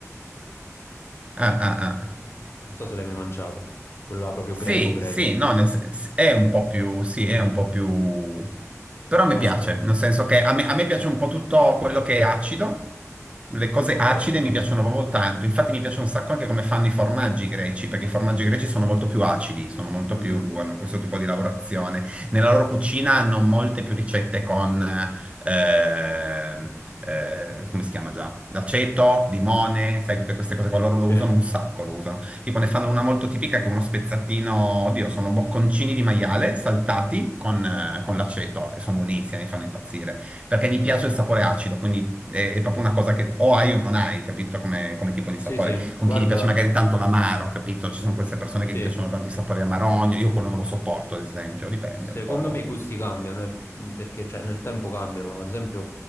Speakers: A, on the right (about 20°); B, on the left (about 50°).
A: Ah ah ah.
B: Non so se l'hai mai mangiato, quello là proprio
A: Sì,
B: greco greco,
A: sì, no, nel sen- è un po' più, sì, è un po' più... Però mi
B: aspero.
A: piace, nel senso che a me, a me piace
B: Eh,
A: un po' tutto quello che è acido, le cose
B: ok.
A: acide mi piacciono proprio tanto, infatti mi piace
B: Ah,
A: un sacco anche come fanno i formaggi greci, perché i formaggi greci sono molto più acidi, sono molto
B: mhm.
A: più, hanno questo tipo di lavorazione. Nella loro cucina hanno molte più ricette con, eh, eh, come si chiama già? L'aceto, limone, sai, tutte queste cose qua, loro lo
B: Sì,
A: usano un sacco, lo usano Tipo ne fanno una molto tipica che è uno spezzatino, oddio, sono bocconcini di maiale saltati con, eh, con l'aceto e sono buonissimi, mi fanno impazzire. Perché mi piace il sapore acido, quindi è, è proprio una cosa che o hai o non hai, capito? Come, come tipo di
B: sì,
A: sapore.
B: sì, guarda,
A: Con chi gli piace magari tanto l'amaro, capito? Ci sono queste persone
B: sì,
A: che gli piacciono tanto i sapori amarogno, io quello non lo sopporto, ad esempio, dipende
B: Secondo
A: un po'.
B: me i gusti cambiano, eh, mh, perché cioè, nel tempo cambiano. Ad esempio,